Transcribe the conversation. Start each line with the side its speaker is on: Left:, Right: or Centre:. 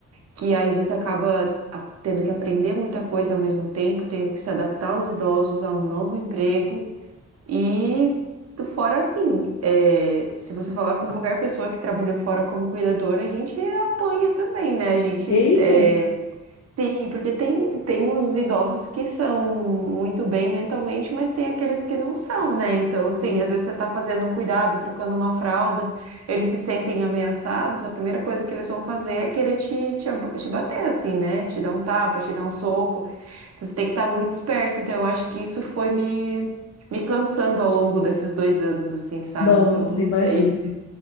Right: que aí você acaba a- tendo que aprender muita coisa ao mesmo tempo, tendo que se adaptar aos idosos a um novo emprego e fora assim, é, se você falar com qualquer pessoa que trabalhou fora como cuidadora, a gente apanha também, né? A gente
Left: Eita!
Right: é, Sim, porque tem, tem os idosos que são muito bem mentalmente, mas tem aqueles que não são, né? Então, assim,
Left: Sim.
Right: às vezes você está fazendo um cuidado, trocando uma fralda, eles se sentem ameaçados, a primeira coisa que eles vão fazer é querer te, te, ab- te bater, assim, né? Te dar um tapa, te dar um soco. Então, você tem que estar muito esperto. Então, eu acho que isso foi me, me cansando ao longo desses dois anos, assim, sabe?
Left: Nossa,
Right: Então, não
Left: imagino.
Right: sei.